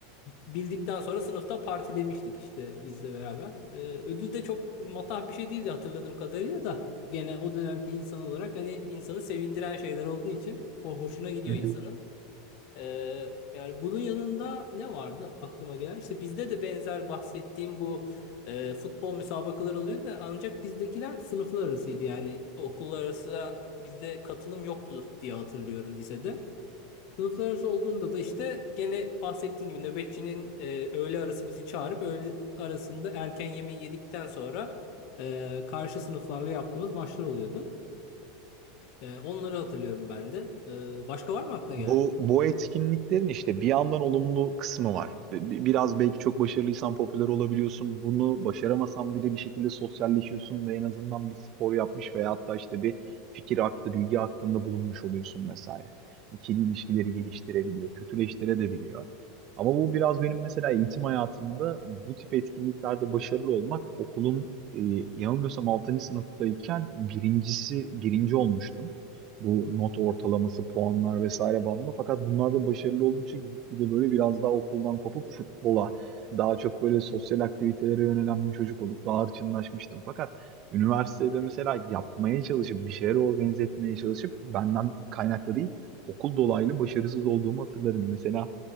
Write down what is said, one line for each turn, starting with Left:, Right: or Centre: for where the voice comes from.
Left: bildikten sonra sınıfta partilemiştik işte bizle beraber. E, ödül de çok matah bir şey değildi hatırladığım kadarıyla da gene o dönemki insan olarak hani insanı sevindiren şeyler olduğu için o hoşuna gidiyor
Right: hı hı.
Left: insanın. Ee, yani bunun yanında ne vardı aklıma gelen? İşte bizde de benzer bahsettiğim bu e, futbol müsabakaları oluyor da ancak bizdekiler sınıflar arasıydı. Yani okullar arası bizde katılım yoktu diye hatırlıyorum lisede. Sınıflar arası olduğunda da işte gene bahsettiğim gibi nöbetçinin e, öğle arası bizi çağırıp öğle arasında erken yemeği yedikten sonra e, karşı sınıflarla yaptığımız maçlar oluyordu. E, onları hatırlıyorum ben de. E, başka var mı aklına
Right: Bu
Left: gelen?
Right: bu etkinliklerin işte bir yandan olumlu kısmı var. Bi- Biraz belki çok başarılıysan popüler olabiliyorsun. Bunu başaramasan bile bir şekilde sosyalleşiyorsun ve en azından bir spor yapmış veya hatta işte bir fikir aktı, bilgi aktında bulunmuş oluyorsun vesaire. İkili ilişkileri geliştirebiliyor, kötüleştirebiliyor. Ama bu biraz benim mesela eğitim hayatımda bu tip etkinliklerde başarılı olmak okulun e, yanılmıyorsam 6. sınıftayken birincisi birinci olmuştum bu not ortalaması, puanlar vesaire bandında. Fakat bunlarda başarılı oldukça gitgide böyle biraz daha okuldan kopup futbola, daha çok böyle sosyal aktivitelere yönelen bir çocuk olup daha hırçınlaşmıştım. Fakat üniversitede mesela yapmaya çalışıp, bir şeyler organize etmeye çalışıp benden kaynaklı değil, okul dolaylı başarısız olduğumu hatırlarım. Mesela